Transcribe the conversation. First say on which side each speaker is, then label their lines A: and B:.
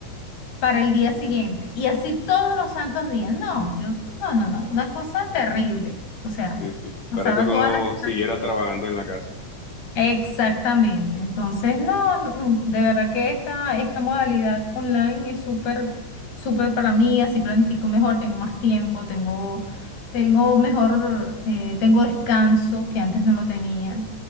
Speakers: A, on the left; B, on the left.
A: para el día siguiente. Y así todos los santos días. No, yo, no, no, no, una cosa terrible. O sea,
B: Sí, sí.
A: pasaba
B: Parece que uno
A: todas las
B: siguiera trabajando en la casa.
A: Exactamente. Entonces, no, no, de verdad que esta, esta modalidad online es súper, súper para mí, así planifico mejor, tengo más tiempo, tengo, tengo mejor, eh, tengo descanso que antes no lo tenía.